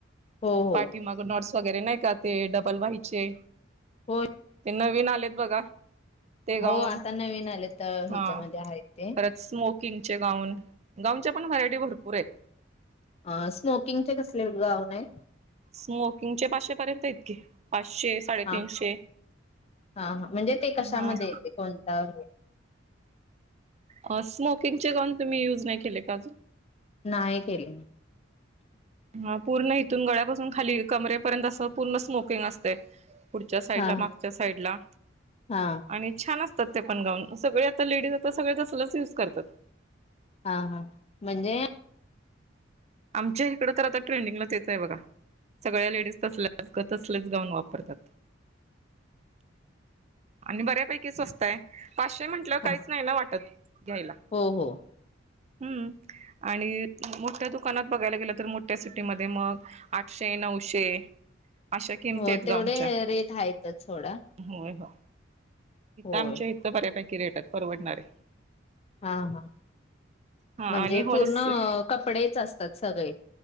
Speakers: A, on the left; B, on the right.
A: हो हो
B: पाठिमाग नाँड्स वगैरे नाही का ते डबल व्हायचे.
A: हो
B: ते नवीन आलेत बघा. ते गाऊन
A: हो आता नविन आलेत ह्याच्यामध्ये
B: हा
A: आहे ते
B: परत स्मोकिंगचे गाऊन गाऊनच्या पण व्हरायटी भरपूर आहेत.
A: अ स्मोकिंगचे कसले गाऊन नाही.
B: स्मोकिंग चे पाचशे पर्यंत आहेत कि पाचशे साडेतीीनशे
A: हा हा हा म्हणजे ते कशामध्ये
B: हम.
A: येते कोणता
B: अ स्मोकिंगचे गाऊन तुम्ही युज नाही केले का अजून
A: नाहीय केले.
B: हा पूर्ण इथून गळ्यापासून खाली कमरेपर्यंत अस पूर्ण स्मोकिंग असते. पुढच्या साईड
A: हा
B: ला मागच्या
A: हा
B: साईड ला
A: हा
B: आणि छान पण गाऊन सगळे आता लेडीज आता सगळे तसलच युज करतात.
A: हा हा म्हणजे
B: आमच्या इकड तर आता ट्रेंडिंगलाच तेच आहे. बघा सगळ्या लेडीज तसल्याच तसलेच गाऊन वापरतात. आणि बऱ्यापैकी स्वस्त आहे. पाचशे म्हंटलंवर
A: हा
B: काहीच नाही ना वाटत घ्यायला.
A: हो हो
B: हम् आणि मोठया दुकानात दुकानात बघायला गेलं तर मोठ्या सिटीमध्ये मग आठशे नऊशे अशा किमती
A: हो
B: आहेत
A: तेवढे
B: गावच्या
A: रेट आहेतच सोडा
B: होय हो
A: होय
B: आमच्या इथं बऱ्यापैकी कि रेटात परवडणारे
A: हा हा
B: हा
A: म्हणजे
B: आणि होलसेल
A: पूर्ण कपडेच असत. ात सगळे